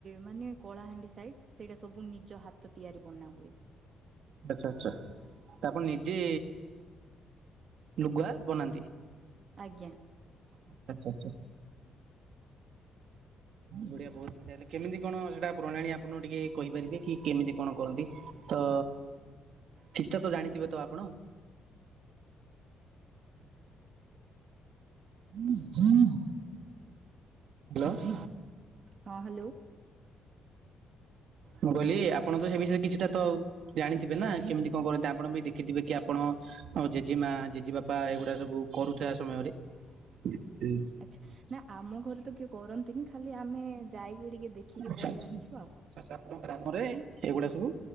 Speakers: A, on the right; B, on the right.
A: ମାନେ କଳାହାଣ୍ଡି ସାଇଟ୍ ସେଇଟା ସବୁ ନିଜ ହାତ ତିଆରି ବନା ହୁଏ।
B: ଆଚ୍ଛା ଆଚ୍ଛା ତଆପଣ ନିଜେ ଲୁଗା ବନାନ୍ତି?
A: ଆଜ୍ଞା।
B: ଆଚ୍ଛା ଆଚ୍ଛା ଆଚ୍ଛା।
A: <unintelligible>
B: ବଢ଼ିଆ ବହୁତ୍ ବଢ଼ିଆ ହେଲେ କେମିତି କଣ ସେଟା ପ୍ରଣାଳୀ ଆପଣ ଟିକେ କହିପାରିବେକି କେମିତି କଣ କରନ୍ତି? ତ ଠିକ୍ ଠାକ୍ ତ ଜାଣିଥିବେତ ଆପଣ? ହାଲୋ।
A: ହଁ ହାଲୋ।
B: ମୁଁ କହିଲି ଆପଣ ତ ସେ ବିଷୟରେ କିଛିଟା ତ ଜାଣିଥିବେ ନା କେମିତି କଣ କରନ୍ତି ଆପଣ ବି ଦେଖିଥିବେ କି ଆପଣ ଆଉ ଜେଜେମା ଜେଜେ ବାପା ଏଇଗୁଡା ସବୁ କରୁଥିବା ସମୟରେ। ଏବେ
A: ଆଚ୍ଛା ନା ଆମ ଘରେ ତ କିଏ କରନ୍ତିନି ଖାଲି ଆମେ ଯାଇକିି ଟିକେ ଦେଖିକି
B: ଆଛା
A: ପଳେଇ
B: ଆଛା ଆଛା
A: ଆସିଛୁ ଆଉ
B: ଆଛା ଆପଣଙ୍କ ଗ୍ରାମରେ ଏଇଗୁଡା ସବୁ